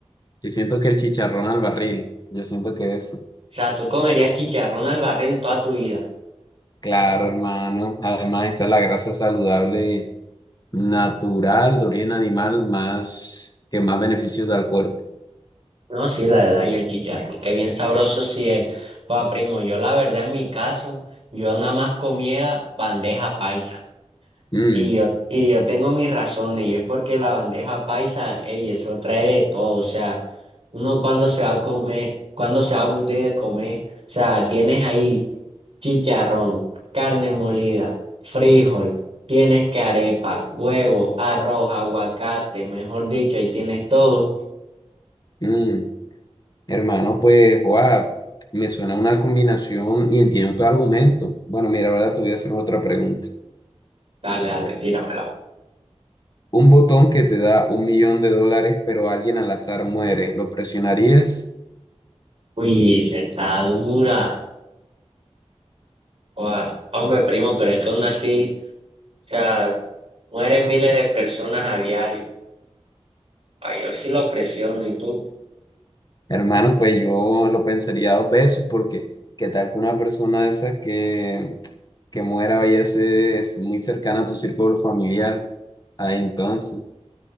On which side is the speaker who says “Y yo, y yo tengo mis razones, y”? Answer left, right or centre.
Right